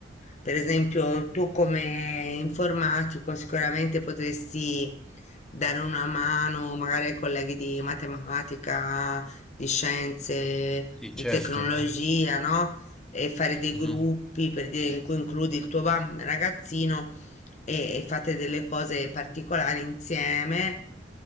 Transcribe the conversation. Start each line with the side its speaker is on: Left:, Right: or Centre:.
Left: per esempio, tu come informatico sicuramente potresti dare una mano magari ai colleghi di matematica, di scienze,
Centre: Sì,
Left: di
Centre: certo.
Left: tecnologia, no? E fare dei
Centre: Mhm.
Left: gruppi per dire in cui includi il tuo bam- ragazzino e, e fate delle cose particolari insieme,